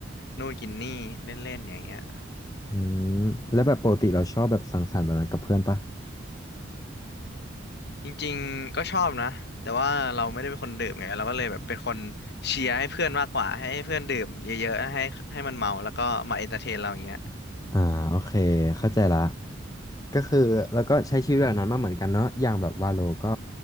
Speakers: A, on the left; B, on the left.
A: นู่นกินนี่เล่นๆอย่างเงี้ย
B: อืมแล้วแบบปกติเราชอบแบบสังสรรค์แบบนั้นกับเพื่อนปะ
A: จริงๆก็ชอบนะแต่ว่าเราไม่ได้เป็นคนดื่มไงเราก็เลยแบบเป็นคนเชียร์ให้เพื่อนมากกว่าให้เพื่อนดื่มเยอะๆให้ให้มันเมาแล้วก็มาเอนเตอร์เทนเราอย่างเงี้ย
B: อ่าโอเคเข้าใจละ ก็คือแล้วก็ใช้ชีวิตแบบนั้นมาเหมือนกันเนอะอย่างแบบวาโลก็